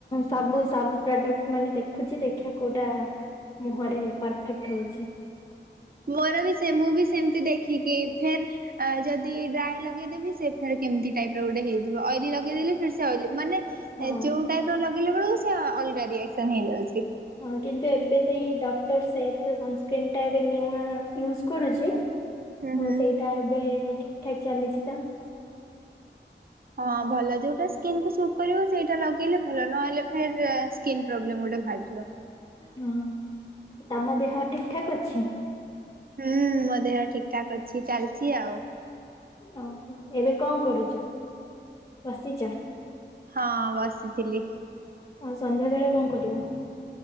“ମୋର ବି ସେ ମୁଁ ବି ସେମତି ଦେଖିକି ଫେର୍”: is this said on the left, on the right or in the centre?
Right